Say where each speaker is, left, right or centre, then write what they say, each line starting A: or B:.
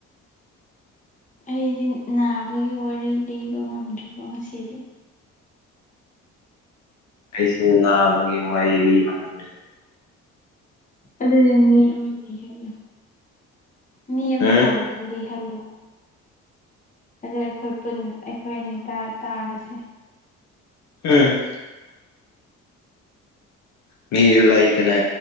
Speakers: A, on the left (about 25°); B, on the left (about 65°).
A: ꯑꯩꯗꯤ ꯅꯥꯕꯒꯤ ꯋꯥꯔꯤ ꯂꯤꯕ ꯉꯝꯗ꯭ꯔꯤꯕ ꯉꯁꯤꯗꯤ
B: ꯑꯩꯁꯨ ꯅꯥꯕꯒꯤ ꯋꯥꯔꯤ ꯂꯤꯕ ꯉꯝꯗ꯭ꯔꯦ
A: ꯑꯗꯨꯗꯤ ꯃꯤ ꯑꯃꯍꯜꯂꯨ ꯃꯤ ꯑꯃ
B: ꯎꯝ
A: ꯀꯧꯔꯒꯗꯤꯍꯜꯂꯨ ꯑꯗꯨ ꯑꯩꯈꯣꯏ ꯄꯨꯟꯅ ꯑꯩꯈꯣꯏ ꯑꯅꯤ ꯇꯥꯔꯁꯤ
B: ꯎꯝ ꯃꯤꯁꯨ ꯂꯩꯇꯅ